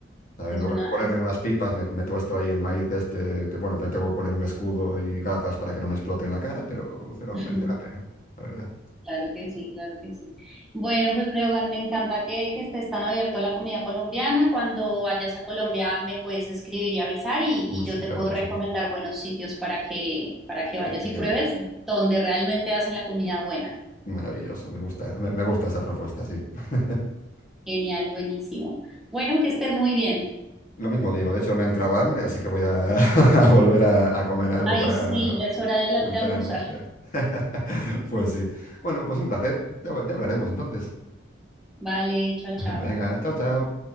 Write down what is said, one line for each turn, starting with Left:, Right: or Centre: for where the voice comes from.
Left: sea, En
Centre: es
Left: lugar
Centre: una...
Left: de ponerme unas pipas, me, me tuesto ahí el maíz este, que bueno, me tengo que poner un escudo y gafas para que no me exploten la cara, pero, pero
Centre: <laughs>
Left: merece la pena, la verdad.
Centre: Claro que sí, claro que sí. Bueno, pues Breogán, me encanta que, que estés tan abierto a la comida colombiana. Cuando vayas a Colombia me puedes escribir y avisar y,
Left: Uy,
Centre: y yo
Left: sí,
Centre: te
Left: claro,
Centre: puedo
Left: por
Centre: recomendar
Left: supuesto.
Centre: buenos sitios para que, para que
Left: Bien,
Centre: vayas
Left: bien,
Centre: y pruebes donde realmente hacen la comida buena.
Left: maravilloso, me gusta, me, me gusta esa propuesta, sí. <laughs>
Centre: Genial, buenísimo. Bueno, que estés muy bien.
Left: Lo mismo digo, de hecho me ha entrado hambre, así que voy a, <laughs> a volver a, a comer algo
Centre: Ay,
Left: para
Centre: sí, ya es hora de la-
Left: mantenerme
Centre: de almorzar.
Left: a la pie. <laughs> Pues sí. Bueno, pues un placer. ya ya hablaremos entonces.
Centre: Vale, chao,
Left: <laughs>
Centre: chao.
Left: Venga, chao, chao.